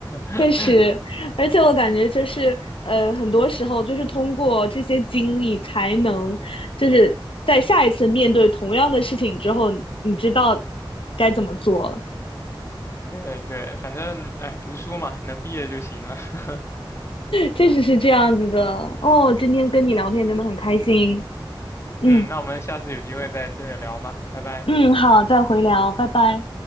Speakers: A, on the left; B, on the left.
A: <laughs>
B: 确实，而且我感觉就是呃，很多时候就是通过这些经历才能，就是在下一次面对同样的事情之后，你你知道该怎么做了。
A: 对对，反正哎，读书嘛，能毕业就行了。<laughs>
B: 确实是这样子的哦。今天跟你聊天真的很开心。嗯
A: 嗯，那我们下次有机会再接着聊吧，拜拜。
B: 嗯，好，再回聊，拜拜。